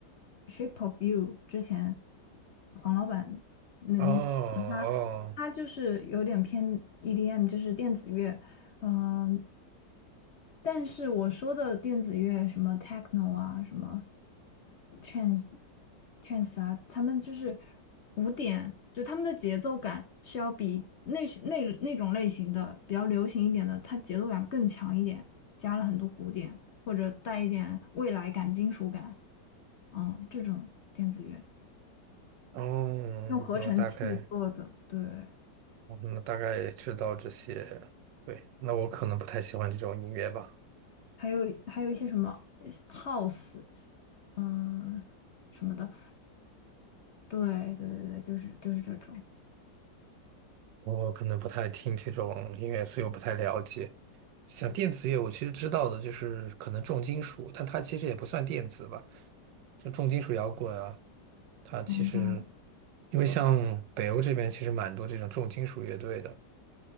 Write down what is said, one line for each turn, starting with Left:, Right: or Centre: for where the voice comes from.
Left: 《Shape of You》之前黄老板那那个他他就是有点偏
Right: 哦哦
Left: EDM，就是电子乐。呃，但是我说的电子乐，什么 techno 啊，什么 trance trance 啊，他们就是古典，就他们的节奏感是要比那那那种类型的比较流行一点的，它节奏感更强一点，加了很多古典或者带一点未来感、金属感，嗯，这种电子乐
Right: 哦，
Left: 用合成器做的，
Right: 那我大概，
Left: 对，
Right: 哦那大概也知道这些。对，那我可能不太喜欢这种音乐吧，
Left: 还有还有一些什么 house，嗯、什么的。对对对对，就是就是这种。
Right: 我可能不太听这种音乐，所以我不太了解。像电子乐，我其实知道的就是可能重金属，但它其实也不算电子吧，就重金属摇滚啊，它其实
Left: 嗯，
Right: 因为像北欧这边其实蛮多这种重金属乐队的，